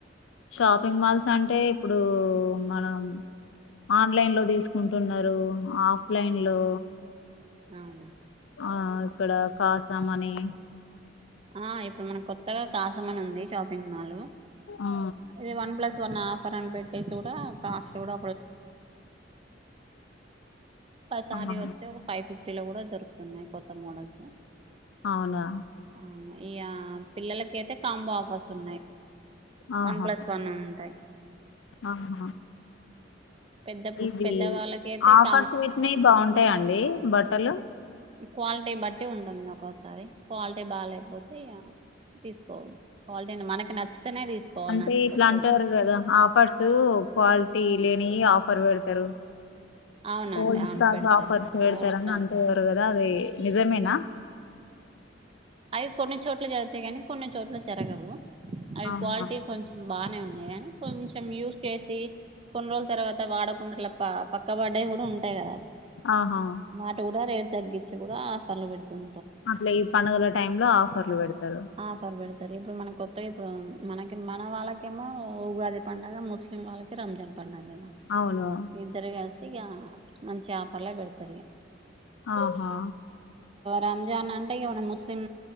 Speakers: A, on the left; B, on the right.
A: షాపింగ్ మాల్స్ అంటే ఇప్పుడు మనం ఆన్లైన్ లో తీసుకుంటున్నారు ఆఫ్లైన్ లో
B: అను
A: ఆ ఇక్కడ కాఖసాం అని
B: ఆ ఇప్పుడు మన కొత్తగా కాసమని ఉంది షాపింగ్ మాల్
A: ఆ
B: ఇది వన్ ప్లస్ సన్న ఆఫర్ అని పెట్టేసి కూడా కాస్ట్ కూడ కాస్ ఒసారి
A: ఆహా
B: వస్తే ఒక ఫైవ్ ఫిఫ్టీ లో కూడా దొరుకుతున్నాయి కొత్త మోడల్స్
A: అవునా
B: అవునా ఇయా పిల్లలకైయితే కాంబో ఆఫస్ ఉన్నాయ్
A: ఆహా
B: వన్ ప్లస్ వన్ ఉంటాయ్
A: ఆహా
B: పెద్దపు
A: ఇవి
B: పెద్ద వాళ్ళకైతే
A: ఆఫర్స్
B: <inaudible>
A: పెట్టినవి బాగుంటాయండి బట్టలు
B: క్వాలిటీ బట్టి ఉంటుంది నాకోస్ సరే క్వాలిటీ బాలేపోతే తీసుకోవద్దు క్వాలిటీని మనకి నచ్చితేనే తీసుకోవాలి
A: అంటే
B: నచ్చకపోతే
A: ఇట్లా అంటారు
B: వద్దు
A: కదా ఆఫర్స్ క్వాలిటీ లే నీ ఆఫర్ పెడతారు
B: అవునండి
A: ఓల్డ్
B: అవును
A: స్టాక్
B: పెడతారు
A: ఆఫర్స్ పెడ్తారు
B: హోల్ స్టాక్
A: అని అంటురు కదా అది నిజమేనా
B: అవి కొన్ని చోట్ల జరుగుతాయి కానీ కొన్ని చోట్ల జరగవు అవి
A: ఆహా
B: క్వాలిటీ కొంచెం బానే ఉన్నాయి కానీ కొంచెం యూస్ చేసి కొన్ని రోజుల తర్వాత వాడ కుండలప పక్కబడ్డాయి కూడా ఉంటాయి కదా
A: ఆహా
B: మాట కూడా రే తగ్గిచ్చి కూడా ఆఫర్లు పెడుతుం
A: అట్లా ఈ పండుగల టైం లో ఆఫర్లు పెడతారు
B: ఆఫర్ పెడతారు ఇప్పుడు మన కొత్తగా ఇప్పుడు మనకి మన వాళ్ళకేమో ఉగాది పండగా ముస్లిమ్ వాళ్లకి రంజాన్ పండగ గదా
A: అవును
B: ఇద్దరు కలిసి ఇక మంచిగా ఆఫర్లే పెడతారు ఇక
A: ఆహా
B: రంజాన్ అంటే ఇగ మన ముస్లిం